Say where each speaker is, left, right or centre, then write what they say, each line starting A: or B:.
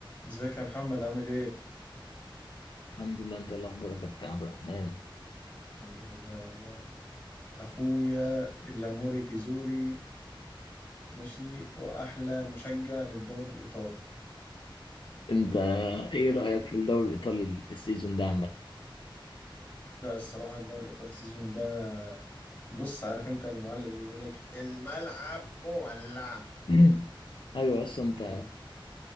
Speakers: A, on the left (about 20°); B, on the left (about 65°).
A: ازيك يا محمد عامل ايه؟
B: الحمد لله انت ايه الاخبار يا كابتن عبد الرحمن <laughs>
A: الحمد لله والله اخويا اللاموري كيزوري ماشي واحلى مشجع للدوري الايطالي
B: انت ايه رايك في الدوري الايطالي السيزون ده عامه
A: لا الصراحه الدوري الايطالي السيزون ده بص عارف انت المعلق اللي بيقول لك الملعب مولع
B: <clears throat> ايوه يس انت
A: والله